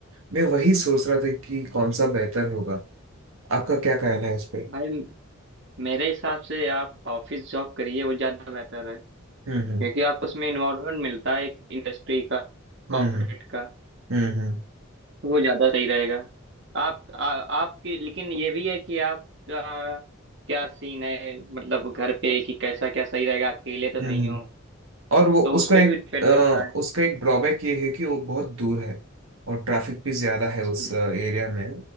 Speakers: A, on the right; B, on the right.
A: मैं वही सोच रहा था कि कौन सा बेहतर होगा आपका क्या कहना है इस पे
B: भाई मेरे हिसाब से आप ऑफिस जॉब करिए वो ज्यादा बेहतर है
A: हम्म
B: क्योंकि
A: हम्म
B: आपको उसमें इन्वॉल्वमेंट मिलता है एक इंडस्ट्री का
A: हम्म
B: कॉर्पोरेट
A: हम्म
B: का
A: हम्म हम्म
B: वो ज्यादा सही रहेगा आप आ, आपकी लेकिन ये भी है कि आपका क्या सीन है मतलब घर पे कि कैसा क्या सही रहेगा अकेले तो नहीं
A: हम्म
B: हो
A: और वो
B: तो
A: उसका
B: उस पे
A: एक
B: भी डिपेंड
A: अ,
B: करता है
A: उसका एक ड्रॉबैक ये है कि वो बहुत दूर है और ट्रैफिक भी ज्यादा है उस
B: हम्म।
A: एरिया में